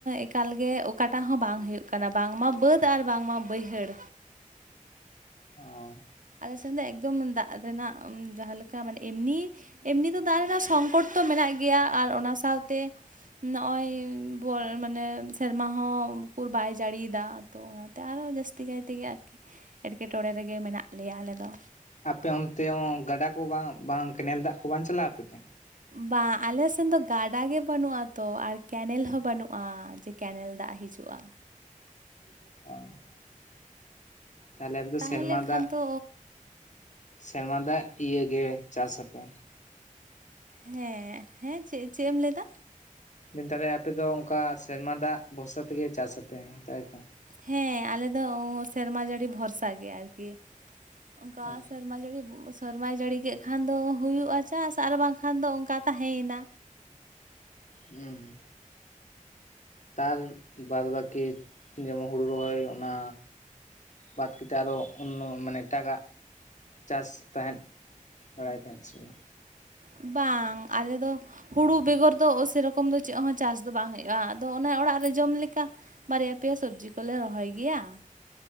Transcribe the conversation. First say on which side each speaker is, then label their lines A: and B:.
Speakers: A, on the right; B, on the left.
A: ᱮᱠᱟᱞ ᱜᱮ ᱚᱠᱟᱴᱟᱜ ᱦᱚᱸ ᱵᱟᱝ ᱦᱩᱭᱩᱜ ᱠᱟᱱᱟ, ᱵᱟᱝᱢᱟ ᱵᱟᱹᱫᱽ ᱟᱨ ᱵᱟᱝᱢᱟ ᱵᱟᱹᱭᱦᱟᱹᱲ᱾
B: ᱚ᱾
A: ᱟᱞᱮ ᱥᱮᱱ ᱫᱚ ᱮᱠᱫᱚᱢ ᱫᱟᱜ ᱨᱮᱱᱟᱜ ᱡᱟᱦᱟᱸ ᱞᱮᱠᱟ ᱢᱟᱱᱮ ᱮᱢᱱᱤᱼᱼ ᱮᱢᱱᱤ ᱫᱚ ᱫᱟᱜ ᱨᱮᱱᱟᱜ ᱥᱚᱝᱠᱚᱴ ᱛᱚ ᱢᱮᱱᱟᱜ ᱜᱮᱭᱟ, ᱟᱨ ᱚᱱᱟ ᱥᱟᱶᱛᱮᱼᱼᱼ ᱱᱚᱜᱼᱚᱭ ᱵᱚ ᱢᱟᱱᱮ ᱥᱮᱨᱢᱟ ᱦᱚᱸ ᱩᱠᱩᱨ ᱵᱟᱭ ᱡᱟᱹᱲᱤᱭᱮᱫᱟ᱾ ᱛᱚ ᱚᱱᱟᱛᱮ ᱟᱨᱚ ᱡᱟᱹᱥᱛᱤ ᱠᱟᱭ ᱛᱮᱜᱮ ᱟᱨᱠᱤ ᱮᱴᱠᱮᱴᱚᱬᱮ ᱨᱮ ᱢᱮᱱᱟᱜ ᱞᱮᱭᱟ ᱟᱞᱮ ᱫᱚ᱾
B: ᱟᱯᱮ ᱚᱱᱛᱮ ᱦᱚᱸ ᱜᱟᱰᱟ ᱠᱚ ᱵᱟᱝ ᱵᱟᱝ ᱠᱮᱱᱮᱞ ᱫᱟᱜ ᱠᱚ ᱵᱟᱝ ᱪᱟᱞᱟᱜᱼᱟ ᱟᱯᱮ ᱛᱮ?
A: ᱵᱟᱝ ᱟᱞᱮ ᱥᱮᱱ ᱫᱚ ᱜᱟᱰᱟ ᱜᱮ ᱵᱟᱹᱱᱩᱜ ᱟᱛᱚ ᱟᱨ ᱠᱮᱱᱮᱞ ᱦᱚᱸ ᱵᱟᱹᱱᱩᱜᱼᱟ᱾ ᱠᱮᱱᱮᱞ ᱫᱟᱜ ᱦᱤᱡᱩᱜᱼᱟ᱾
B: ᱚ᱾ ᱛᱟᱦᱚᱞᱮ ᱟᱯᱮ ᱫᱚ
A: ᱛᱟᱦᱮᱸ
B: ᱥᱮᱨᱢᱟ
A: ᱞᱮᱱᱠᱷᱟᱱ
B: ᱫᱟᱜ
A: ᱛᱚᱼᱼ
B: ᱥᱮᱨᱢᱟ ᱫᱟᱜ ᱤᱭᱟ. ᱜᱮ ᱪᱟᱥ ᱟᱯᱮ?
A: ᱦᱮᱸ ᱦᱮᱸ ᱪᱮᱫ ᱪᱮᱫ ᱮᱢ ᱞᱟᱹᱭ ᱮᱫᱟ?
B: ᱫᱤᱱ ᱛᱟᱦᱚᱞᱮ ᱟᱯᱮᱚ ᱚᱱᱠᱟ ᱥᱮᱨᱢᱟ ᱫᱟᱜ ᱵᱷᱚᱨᱥᱟ ᱛᱮᱜᱮ ᱪᱟᱥᱟᱯᱮ ᱛᱟᱭ ᱛᱚ?
A: ᱦᱮᱸ ᱟᱞᱮ ᱫᱚ ᱥᱮᱨᱢᱟ ᱡᱟᱹᱲᱤ ᱵᱷᱚᱨᱥᱟ ᱜᱮ ᱟᱨᱠᱤ᱾ ᱚᱱᱠᱟ
B: ᱚ
A: ᱥᱮᱨᱢᱟ ᱡᱟᱹᱲᱤᱼᱼ ᱥᱮᱨᱢᱟᱭ ᱡᱟᱹᱲᱤ ᱠᱮᱫ ᱠᱷᱟᱱ ᱫᱚ ᱦᱩᱭᱩᱜᱼᱟ ᱪᱟᱥ ᱟᱨ ᱵᱟᱝᱠᱷᱟᱱ ᱫᱚ ᱚᱱᱠᱟ ᱛᱟᱦᱮᱸᱭᱮᱱᱟ᱾
B: ᱦᱩᱸ᱾ ᱛᱟᱨ ᱵᱟᱫ ᱵᱟᱹᱠᱤ ᱡᱮᱢᱚᱱ ᱦᱩᱲᱩ ᱨᱚᱦᱚᱭ, ᱚᱱᱟᱼᱼ ᱵᱟᱫ ᱠᱟᱛᱮᱫ ᱟᱨᱚ ᱚᱱᱱᱚ ᱢᱟᱱᱮ ᱮᱴᱟᱜᱟᱜ ᱪᱟᱥ ᱛᱟᱦᱮᱸᱫᱼᱼ ᱵᱟᱲᱟᱭ ᱛᱟᱦᱮᱸᱫ ᱥᱮ ᱵᱟᱝᱟ?
A: ᱵᱟᱝ ᱟᱞᱮ ᱫᱚᱼᱼ ᱦᱩᱲᱩ ᱵᱮᱜᱚᱨ ᱫᱚ ᱥᱮᱨᱚᱠᱚᱢ ᱫᱚ ᱪᱮᱫ ᱦᱚᱸ ᱪᱟᱥ ᱫᱚ ᱵᱟᱝ ᱦᱩᱭᱩᱜᱼᱟ, ᱟᱫᱚ ᱚᱱᱮ ᱚᱲᱟᱜ ᱨᱮ ᱡᱚᱢ ᱞᱮᱠᱟ ᱾ ᱵᱟᱨᱭᱟ ᱯᱮᱭᱟ ᱥᱚᱵᱽᱡᱤ ᱠᱚᱞᱮ ᱨᱚᱦᱚᱭ ᱜᱮᱭᱟ ᱾